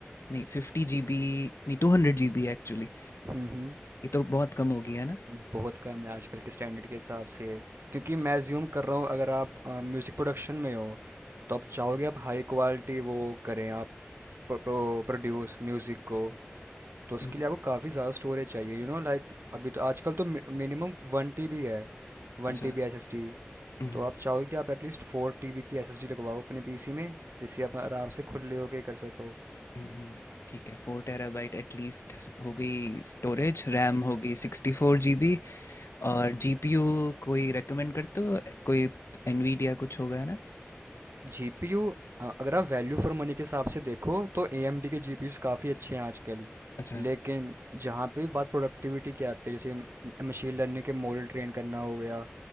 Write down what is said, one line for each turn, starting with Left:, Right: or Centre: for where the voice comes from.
Left: नहीं फिफ्टी जी बी नहीं टू हंड्रेड जी बी एक्चुअली
Right: हम्म हम्म
Left: ये तो बहुत कम हो गया ना
Right: बहुत कम है आजकल के स्टैंडर्ड के हिसाब से क्योंकि मैं अज्यूम कर रहा हूँ अगर आप म्यूज़िक प्रोडक्शन में हो तो आप चाहोगे आप हाई क्वालिटी वो करें आप प्रोड्यूस म्यूज़िक को तो उसके
Left: हम्म,
Right: लिए आपको काफ़ी ज़्यादा स्टोरेज चाहिए यू नो लाइक अभी तो आजकल तो मिनिमम वन टी बी है
Left: अच्छा
Right: one T B S S D
Left: हम्म,
Right: तो आप चाहोगे कि आप एटलीस्ट फोर टी बी की एस एस डी लगवाओ अपने पी सी में जिससे आप आराम से खुले होके कर सको
Left: हम्म, ठीक है फोर टेराबाइट एटलीस्ट हो गई स्टोरेज रैम हो गई सिक्सटी फोर जी बी और जीपीयू कोई रेकमेंड करते हो कोई एनवीडिया कुछ होगा है ना
Right: जीपीयू अगर आप वैल्यू फॉर मनी के हिसाब से देखो तो एएमडी के जीपीयूस काफ़ी अच्छे हैं आजकल
Left: अच्छा
Right: लेकिन जहाँ पे भी बात प्रोडक्टिविटी की आती है जैसे मशीन लर्निंग के मॉडल ट्रेन करना हो गया